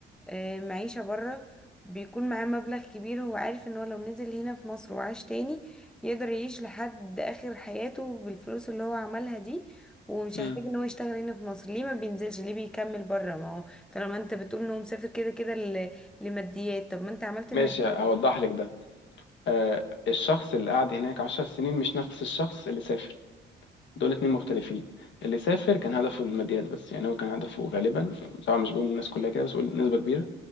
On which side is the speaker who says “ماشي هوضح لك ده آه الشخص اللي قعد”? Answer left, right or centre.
Left